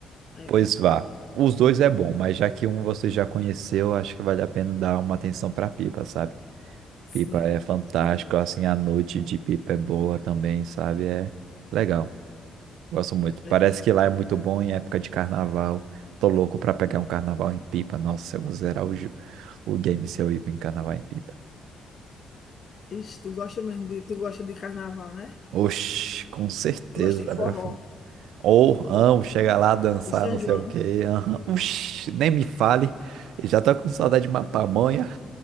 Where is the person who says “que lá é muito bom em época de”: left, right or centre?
Right